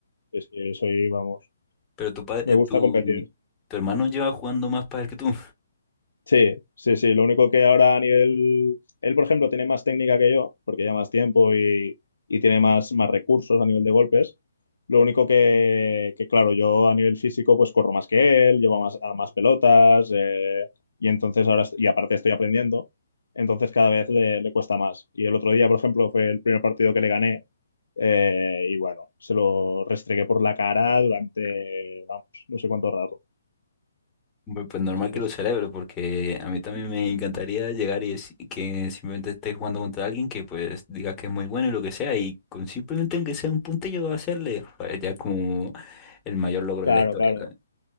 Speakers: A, on the left; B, on the left.
A: es que soy, vamos,
B: Pero tu, pa- eh,
A: me gusta
B: tu,
A: competir.
B: tu hermano lleva jugando más pádel que tú.
A: Sí, sí, sí. Lo único que ahora a nivel... Él, por ejemplo, tiene más técnica que yo, porque lleva más tiempo y, y tiene más, más recursos a nivel de golpes. Lo único que, que, claro, yo a nivel físico pues corro más que él, llevo más, a más pelotas eh, y entonces ahora, est- y aparte estoy aprendiendo, entonces cada vez le, le cuesta más. Y el otro día, por ejemplo, fue el primer partido que le gané eh, y bueno, se lo restregué por la cara durante, vamos, no sé cuánto rato.
B: Hombre, Pues normal
A: Sí,
B: que lo
A: sí.
B: celebre, porque a mí también me encantaría llegar y es- que simplemente esté jugando contra alguien que pues diga que es muy bueno y lo que sea, y con simplemente aunque sea un puntillo hacerle, pues ya es como el mayor logro
A: Claro,
B: de la historia,
A: claro.
B: ¿sabes?